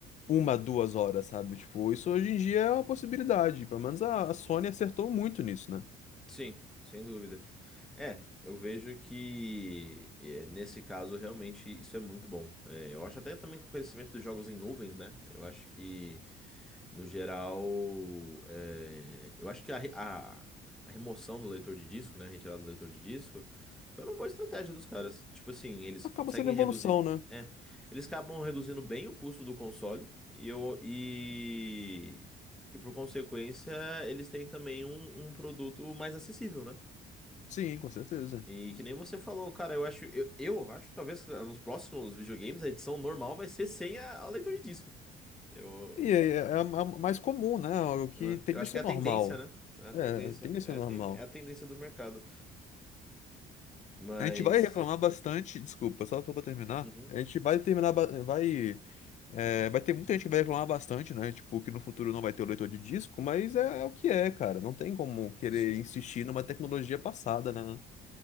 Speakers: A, on the left; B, in the centre.
A: uma, duas horas, sabe? Tipo, isso hoje em dia é uma possibilidade. Pelo menos a, a Sony acertou muito nisso, né?
B: Sim, sem dúvida. É, eu vejo que é, nesse caso realmente isso é muito bom. É, eu acho até também que o conhecimento dos jogos em nuvens, né? Eu acho que No geral, é, eu acho que a, re- a- a remoção do leitor de disco, né? a Retirada do leitor de disco, foi uma boa estratégia dos caras. Tipo assim, eles
A: Acaba
B: conseguem
A: sendo evolução,
B: reduzir.
A: né?
B: É, eles acabam reduzindo bem o custo do console e, eu, e, e por consequência, eles têm também um, um produto mais acessível, né?
A: Sim, com certeza.
B: E que nem você falou, cara, eu acho, eu, eu acho que talvez nos próximos videogames a edição normal vai ser sem a, a leitor de disco. Eu,
A: E é, é a- a mais comum, né? O que
B: né?
A: tem
B: Eu
A: de
B: acho
A: ser
B: que é a
A: normal.
B: tendência, né? É a
A: É,
B: tendência.
A: tende a
B: É
A: ser normal.
B: a, ten- é a tendência do mercado. Mas.
A: A gente vai reclamar bastante, desculpa, só pra terminar.
B: Uhum,
A: A gente vai terminar, ba- vai, é, vai ter muita gente que vai reclamar bastante, né? Tipo, que no futuro não vai ter o leitor de disco, mas é, é o que é, cara. Não tem como querer
B: sim.
A: insistir numa tecnologia passada, né?